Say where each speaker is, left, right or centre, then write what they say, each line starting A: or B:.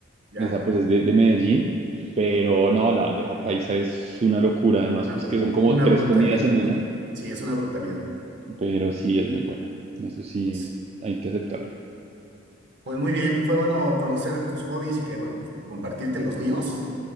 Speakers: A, on the right; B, on the right.
A: ya,
B: Esa pues es de, de Medellín, pero no, la bandeja paisa es una locura, además,
A: una,
B: pues
A: bru-
B: que son como
A: una
B: tres
A: brutalidad.
B: comidas en una,
A: Sí, es una brutalidad.
B: pero sí es muy buena, eso sí
A: Pues,
B: hay que aceptarlo.
A: pues muy bien, fue bueno conocer de tus hobbies y que, bueno, pues, compartirte los míos.